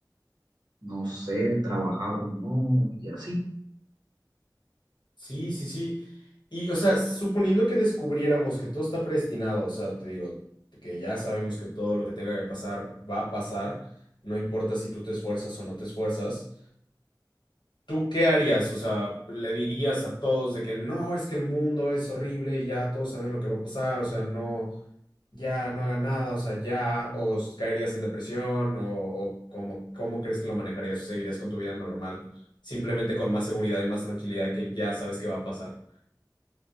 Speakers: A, on the right; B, on the left.
A: no sé, trabajar o no, y así.
B: Sí, sí, sí. Y, o sea, suponiendo que descubriéramos que todo está predestinado, o sea, te digo, que ya sabemos que todo lo que tenga que pasar va a pasar, no importa si tú te esfuerzas o no te esfuerzas, ¿Tú qué harías? O sea, le dirías a todos de que no, es que el mundo es horrible y ya todos saben lo que va a pasar, o sea, no, ya no hagan nada, o sea, ya, o s- caerías en depresión, o, o cómo, cómo crees que lo manejarías, seguirías con tu vida normal, simplemente con más seguridad y más tranquilidad que ya sabes qué va a pasar.